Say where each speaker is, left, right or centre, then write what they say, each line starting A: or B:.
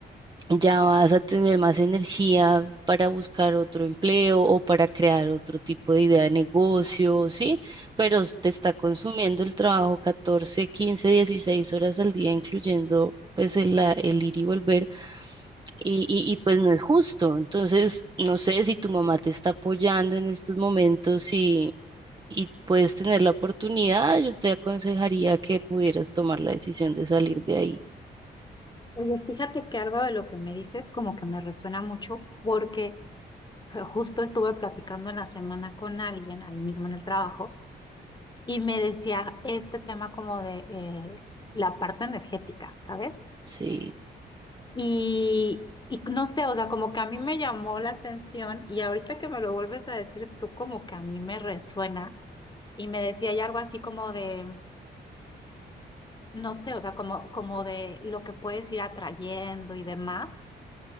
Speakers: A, on the right; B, on the left.
A: ya vas a tener más energía para buscar otro empleo o para crear otro tipo de idea de negocio, ¿sí? Pero s- te está consumiendo el trabajo 14 15 16 horas al día, incluyendo pues el, la- el ir y volver, y, y, y, pues no es justo. Entonces, no sé si tu mamá te está apoyando en estos momentos y, y puedes tener la oportunidad, yo te aconsejaría que pudieras tomar la decisión de salir de ahí,
B: Oye, fíjate que algo de lo que me dices como que me resuena mucho porque o sea, justo estuve platicando en la semana con alguien ahí mismo en el trabajo y me decía este tema como de eh, la parte energética, ¿sabes?
A: ¿sí?
B: Y, y no sé, o sea, como que a mí me llamó la atención y ahorita que me lo vuelves a decir tú como que a mí me resuena y me decía ya algo así como de, no sé, o sea, como, como de lo que puedes ir atrayendo y demás.